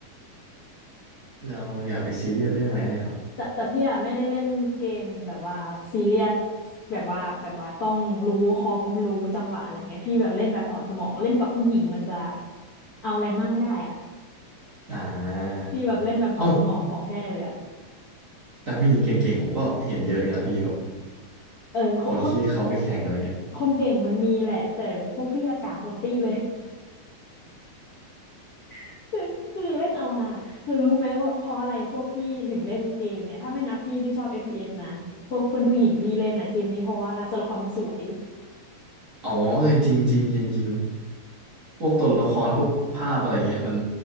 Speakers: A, on the right (about 30°); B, on the left (about 75°).
A: เราอย่าไปซีเรียสเรื่องแรงค์เลยครับ
B: แต่แต่พี่อะไม่ได้เล่นเกมแบบว่าแบบซีเรียสแบบว่าแบบว่าต้องรู้คอมรู้จังหวะอะไรเงี้ยพี่แบบเล่นแบบถอดสมองเล่นกับผู้หญิงมันจะเอาอะไรมากไม่ได้อ่ะ
A: อ่า
B: พี่แบบเล่นแบบถอดสมองของแท้เลยอ่ะ
A: เอ้าแต่ผู้หญิงเก่งๆผมก็เห็นเยอะอยู่นะพี่แบบ
B: เออคคน
A: คนที่เขาไปแข่งอะไรเงี้ย
B: คนเก่งมันมีแหละแต่พวกพี่อากากหมดตี้เลย <laughs> คือคือเล่นเอาฮาคือรู้ไหมว่าเพราะอะไรพวกพี่ถึงเล่นเกมเนี่ยถ้าไม่นับพี่ที่ชอบ FPS นะพวกเพื่อนผู้หญิงพี่เล่นนะเกมนี้เพราะว่าตัวละครมันสวย
A: อ๋อเออจริงจริงจริงจริงพวกตัวละครพวกภาพอะไรเงี้ยมัน